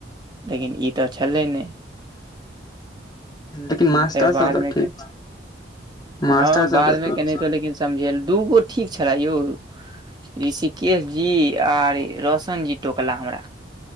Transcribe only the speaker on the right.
लेकिन ई तऽ छलै नहि
फेर बादमे
के हँ,
बादमे
केनातो लेकिन समझेल दूगो ठीक छलै यौ ऋषिकेश जी आर रोशन जी टोकला हमरा